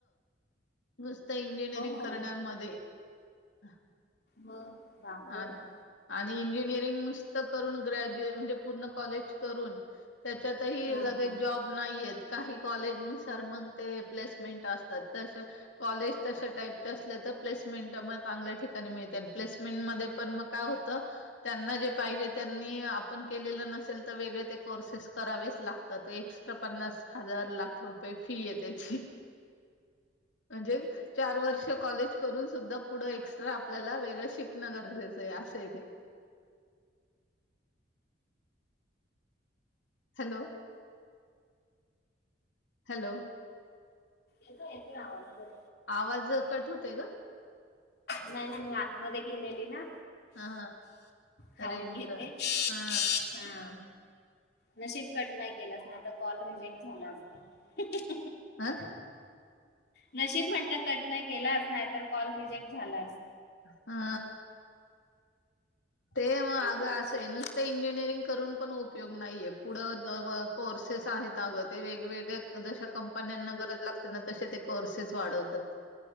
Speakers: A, on the left (about 80°); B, on the left (about 55°).
A: स् <unintelligible> इंजिनिअरिंग
B: हो ना
A: करण्यामध्ये <inaudible>
B: मग बाप रे
A: आ
B: बाप
A: इंजिनिअरिंग नुसतं करून ग्रॅज्युए म्हणजे पूर्ण कॉलेज करून त्याच्यातही
B: हा हा
A: जॉब नाहीत काही कॉलेज नुसार मग ते प्लेसमेंट असतात त कॉलेज तशा टाईपचे असले तर प्लेसमेंट मग चांगल्या ठिकाणी मिळते प्लेसमेंट मध्ये पण मग काय होत त्यांना जे पाहिजे त्यांनी आपण केलेलं नसेल तर वेगळे ते कोर्सेस करावेच लागत एक्स्ट्रा पन्नास हजार लाख रुपये फी आहे त्याची म्हणजे चार वर्ष कॉलेज करून सुद्धा पुढ एक्स्ट्रा आपल्याला वेगळ शिकण गरजेचं आहे असं आहे त्याचं हॅलो हॅलो
B: येतो येतो आवाज बोल.
A: आवाज कट होते ग
B: नाही नाही मी आतमध्ये गेलेली ना
A: हा
B: खाऊन
A: रेंजचा
B: घेते
A: हा
B: हा नशिब कट नाही केलाच नाही आता कॉल रिजेक्ट झाला असता
A: ह
B: नशीब म्हटलं कट नाही केलाच नाही तर कॉल रिजेक्ट झालं
A: हा ते मग
B: तेच
A: अगं
B: नशीब
A: असं आहे नुसते इंजिनिअरिंग करून पण उपयोग नाहीये पुढं कोर्सेस आहेत अ ग ते वेगवेगळ्या जश कंपन्यां गरज लागते ना तसे ते कोर्सेस वाढवतात